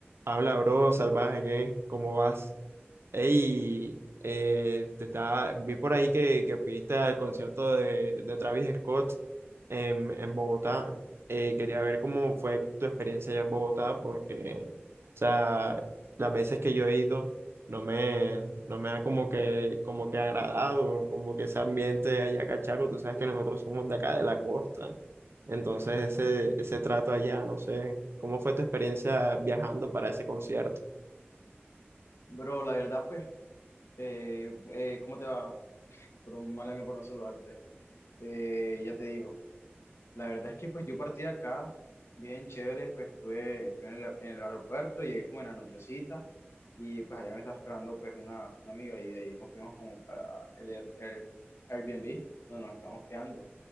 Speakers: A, on the right (about 70°); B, on the left (about 80°).
A: Habla, bro, salvaje, ¿qué? ¿Cómo vas? Ey, eh, te estaba, vi por ahí que, que fuiste al concierto de, de Travis Scott en, en Bogotá. Eh, quería ver cómo fue tu experiencia allá en Bogotá, porque, o sea, las veces que yo he ido no me, no me ha como que, como que agradado, como que ese ambiente allá cachaco. Tú sabes que nosotros somos de acá de la costa. Entonces ese, ese trato allá, no sé, ¿cómo fue tu experiencia viajando para ese concierto?
B: Bro, la verdad, pues, eh, eh, ¿cómo te va? Perdón, mala mía por no saludarte. Eh, ya te digo, la verdad es que pues yo partí de acá, bien chévere, pues estuve en el, en el aeropuerto, llegué como en la nochecita y pues allá me estaba esperando pues una, una amiga y de ahí nos fuimos como para el, Air- Air- Airbnb donde nos estábamos quedando.